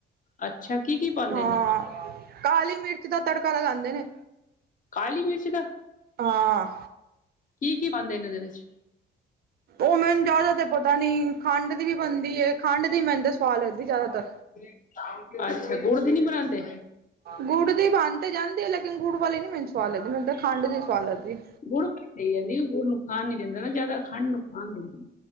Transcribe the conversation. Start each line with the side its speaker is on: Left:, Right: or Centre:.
Left: ਅੱਛਾ। ਕੀ ਕੀ ਪਾਉਂਦੇ
Right: ਹਾਂ,
Left: ਨੇ
Right: ਕਾਲੀ ਮਿਰਚ ਦਾ ਤੜਕਾ ਲਗਾਉਂਦੇ ਨੇ।
Left: ਕਾਲੀ ਮਿਰਚ ਦਾ?
Right: ਹਾਂ
Left: ਕੀ, ਕੀ ਪਾਂਦੇ ਨੇ ਓਹਦੇ ਵਿੱਚ?
Right: ਉਹ ਮੈਨੂੰ ਜ਼ਿਆਦਾ ਤੇ ਪਤਾ ਨੀ ਖੰਡ ਦੀ ਵੀ ਬਣਦੀ ਏ ਖੰਡ ਦੀ ਮੈਨੂੰ ਤੇ ਸਵਾਦ ਲਗਦੀ ਜ਼ਿਆਦਾਤਰ।
Left: <inaudible> ਅੱਛਾ ਗੁੜ ਦੀ ਨੀ ਬਣਾਉਂਦੇ।
Right: ਗੁੜ ਦੀ ਬਣ ਤਾਂ ਜਾਂਦੀ ਹੈ ਲੇਕਿਨ ਗੁੜ ਵਾਲੀ ਨੀ ਮੈਨੂੰ ਸਵਾਦ ਲਗਦੀ ਮੈਨੂੰ ਤਾਂ ਖੰਡ ਦੀ ਸਵਾਦ ਲੱਗਦੀ ਹੇ।
Left: ਗੁੜ <unintelligible> ਪ ਜਾਂਦੀ ਗੁੜ ਨੁਕਸਾਨ ਨੀ ਦਿੰਦਾ ਨਾ ਜਿਆਦਾ ਖੰਡ ਨੁਕਸਾਨ ਦਿੰਦੀ।